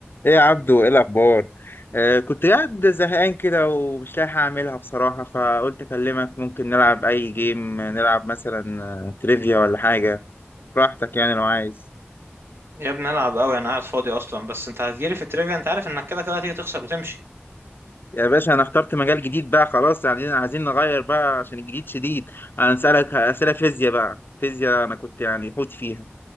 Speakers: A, on the left (about 55°); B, on the right (about 65°).
A: ايه يا عبدو ايه الاخبار آه كنت قاعد زهقان كده ومش لاقي حاجه اعملها بصراحه فقلت اكلمك ممكن نلعب اي جيم نلعب مثلا آه، تريفيا ولا حاجه براحتك يعني لو عايز
B: يا ابني العب قوي انا قاعد فاضي اصلا بس انت هتجيلي في التريفيا انت عارف انك كده كده هتيجي تخسر وتمشي
A: يا باشا انا اخترت مجال جديد بقى خلاص يعني عايزين نغير بقى عشان الجديد شديد انا هسألك اسئله فيزياء بقى فيزياء انا كنت يعني حوت فيها